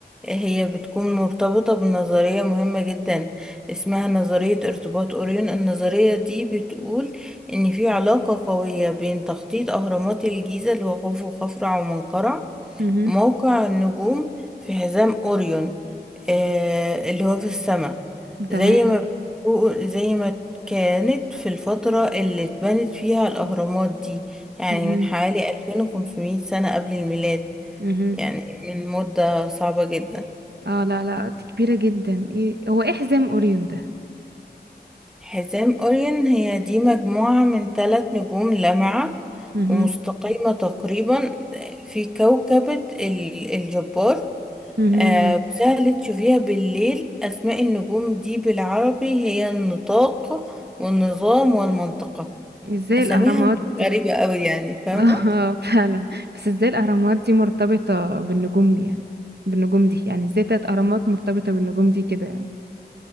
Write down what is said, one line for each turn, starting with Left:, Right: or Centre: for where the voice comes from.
Centre: هي بتكون مرتبطة بنظرية مهمة جدا اسمها نظرية ارتباط أوريون النظرية دي بتقول إن في علاقة قوية بين تخطيط أهرامات الجيزة اللي هو خوفو وخفرع ومنقرع
Right: مهم.
Centre: موقع النجوم في حزام أوريون آه اللي هو في السماء
Right: تمام
Centre: زي ما بتقول زي ما كانت في الفترة اللي اتبنت فيها الأهرامات دي يعني
Right: مهم.
Centre: من حوالي 2500 سنة قبل الميلاد
Right: مهم.
Centre: يعني من مدة صعبة جدا
Right: اه لا لا دي كبيرة جدا ايه هو ايه حزام أوريون ده
Centre: حزام أوريون هي دي مجموعة من ثلاث نجوم لامعة
Right: مهم.
Centre: ومستقيمة تقريبا في كوكبة ال- الجبار
Right: مهم.
Centre: آه، وسهل تشوفيها بالليل أسماء النجوم دي بالعربي هي النطاق والنظام والمنطقة
Right: ازاي
Centre: أساميها
Right: الأهرامات
Centre: غريبة أوي يعني فاهمة
Right: <laughs> اه فعلا بس ازاي الاهرامات دي مرتبطة بالنجوم يعني بالنجوم دي يعني ازاي تلات اهرامات مرتبطة بالنجوم دي كده يعني